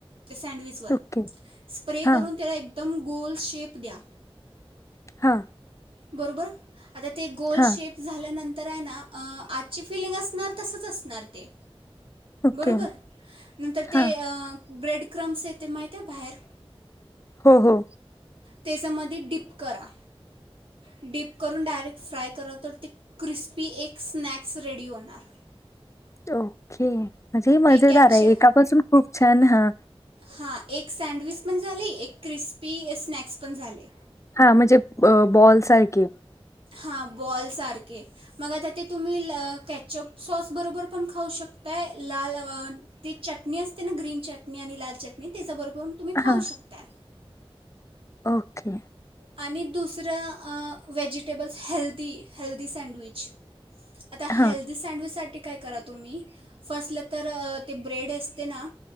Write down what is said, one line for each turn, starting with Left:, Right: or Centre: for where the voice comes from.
Right: ते सँडविचवर
Left: ओके
Right: स्प्रे
Left: हा
Right: करून त्याला एक तम गोल शेप द्या.
Left: हा
Right: बरोबर. आता ते गोल
Left: हा
Right: शेप झाल्यानंतर तर आहे ना आजची फिलिंग असणार तसच असणार ते.
Left: ओके
Right: बरोबर नर
Left: हा
Right: ब्रेड. क्रमस ते मा त्या बाहेर
Left: हो हो
Right: त्याच्यामध्ये डीप करा डडीप करून डायरेक्ट फ्राय करा तर ती क्रिस्पी एक स्नॅक्स रेडी होणार.
Left: हो. ओ म्हणजे ह मजेदार
Right: ते कॅच
Left: आहे एकापसून खूप छान हा.
Right: हां एक सँडविच पण झाली एक क्रिस्पी स्नॅक्स पण झाले.
Left: हा म्हणजे बॉल सारखे
Right: हां बॉल सारखे मग आता ते तुम्ही कॅचअप सॉस बरोबर पण खाऊ शकताय लाल ते चटणी असते ना ग्रीन चटणी आणि लाल चटणी त्याच्याबरोबर तुम्ही खाऊ
Left: हां,
Right: शकता.
Left: ओके.
Right: आणि दुसरं वहेजिटेबल्स हेल्दी हेल्दी सँडविच आता
Left: हां,
Right: हेल्दी सँडविचसाठीठी काय करा तुम्ही फर्स्टला तर ते ब्रेड असते ना